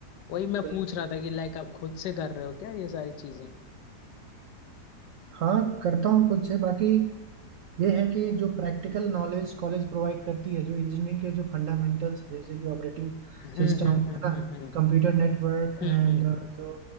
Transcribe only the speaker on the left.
वही मैं
पूछ रहा था कि लाइक आप खुद से कर रहे हो क्या ये सारी चीजें
हम्म
हम्म
हम्म
हम्म हम्म
हम्म,